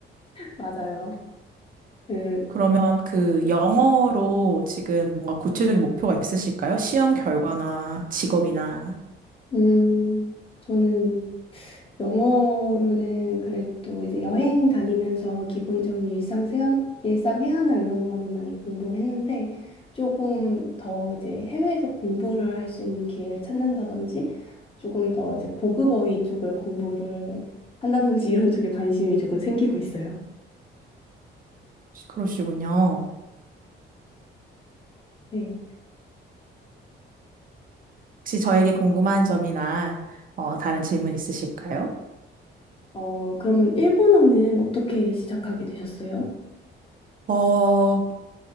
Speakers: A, on the left (about 30°); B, on the right (about 45°).
A: 맞아요. 그,
B: 그러면 그 영어로 지금 뭔가 구체적인 목표가 있으실까요? 시험 결과나 직업이나
A: 음, 저는 영어로는 그래도 이제 여행 다니면서 기본적인 일상 세안, 일상 회화나 이런 거는 많이 공부를 했는데 조금 더 이제 해외에서 공부를 할 수 있는 기회를 찾는다든지 조금 더 이제 고급 어휘 쪽을 공부를 한다든지 이런 쪽에 관심이 조금 생기고 있어요.
B: 그러시군요.
A: 네.
B: 혹시 저에게 궁금한 점이나 어, 다른 질문 있으실까요?
A: 어, 그러면 일본어는 어떻게 시작하게 되셨어요?
B: 어,